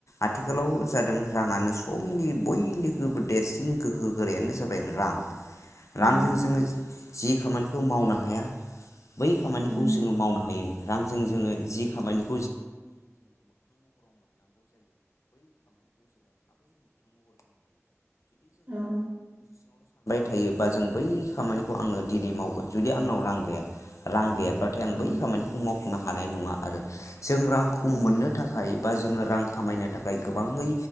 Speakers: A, on the left (about 80°); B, on the right (about 45°).
A: आथिखालाव जादों राङानो समनि बय निख्रुइबो देरसिन गोहो गोरायानो जाबाय रां
B: उम
A: रांजों जोङो जि खामानिखौ मावनो हाया बै खामानिखौ
B: उम
A: जोङो मावनो हायो रांजों जोङो जि खामानि <inaudible> <inaudible> सानबाय
B: औ
A: थायोबा जों बै खामानिखौ आङो दिनै मावगोन जुदि आंनाव रां गैया रां गैयाब्लाथाय
B: औ
A: आं बै खामानिखौ मावफुंनो हानाय नङा आरो जों रांखौ
B: औ
A: मोननो थाखाय बा जोङो रां खामायनो थाखाय गोबाङै